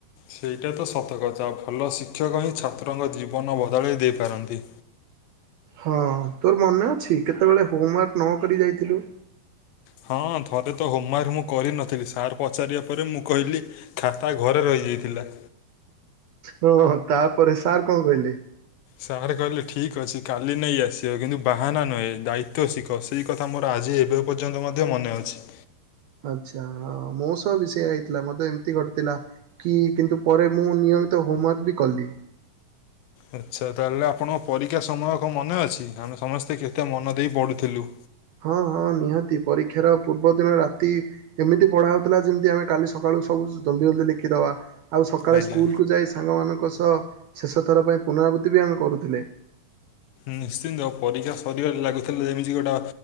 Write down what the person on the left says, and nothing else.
ସେଇଟା ତ ସତକଥା। ଭଲ ଶିକ୍ଷକ ହିଁ ଛାତ୍ରଙ୍କ ଜୀବନ ବଦଳାଇ ଦେଇ ପାରନ୍ତି।
ହଁ ଥରେ ତ ହୋମୱାର୍କ ମୁଁ କରି ନଥିଲି। ସାର ପଚାରିବା ପରେ ମୁଁ କହିଲି ଖାତା ଘରେ ରହି ହେଇଥିଲା।
ସାର୍ କହିଲେ ଠିକ୍ ଅଛି କାଲି ନେଇ ଆସିବ। କିନ୍ତୁ ବାହାନା ନୁହେଁ ଦାୟିତ୍ଵ ଶିଖ। ସେଇ କଥା ମୋର ଆଜ ଆଜି ଏବେ ପର୍ଯ୍ୟନ୍ତ ମଧ୍ୟ ମନେ ଅଛି।
ଆଚ୍ଛା। ତାହେଲେ ଆପଣଙ୍କ ପରୀକ୍ଷା ସମୟ କଣ ମନେ ଅଛି ଆମେ ସମସ୍ତେ କେତେ ମନ ଦେଇ ପଢୁଥିଲୁ।
ଆଜ୍ଞା
ନିଶ୍ଚିନ୍ତ, ପରୀକ୍ଷା ସରିବାରେ ଲାଗୁଥିଲା ଯେମିତି ଗୋଟେ